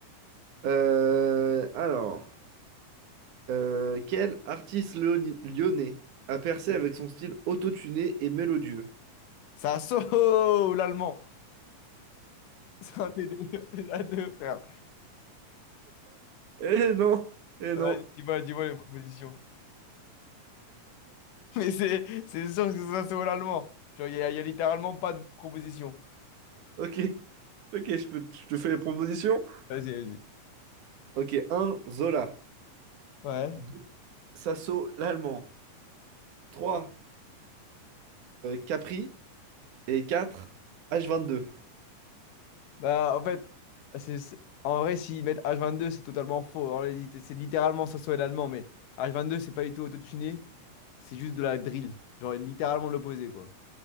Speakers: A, on the right; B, on the left.
A: Euh, alors, euh, quel artiste léoni- lyonnais a percé avec son style autotuné et mélodieux?
B: Ça saut <laughs> l'allemand. C'est un des deux, <laughs> la deux, frère.
A: Eh non, eh non.
B: Ça va, Dis-moi, dis-moi les propositions. <laughs> Mais c'est c'est sûr que ça saut l'allemand. Genre, il y, a y a littéralement pas de proposition.
A: Ok, ok, je peux, je te fais les propositions.
B: Vas-y, vas-y.
A: Ok, un Zola.
B: Ouais.
A: deux Sasso, l'allemand. 3, Capri. Et quatre H22.
B: Bah, en fait, c'est, c'est- en vrai, s'ils mettent h vingt-deux, c'est totalement faux. En réalité, C'est littéralement ça saut l'allemand, mais h vingt-deux, c'est pas du tout autotuné. C'est juste de la drill. Genre littéralement l'opposé, quoi.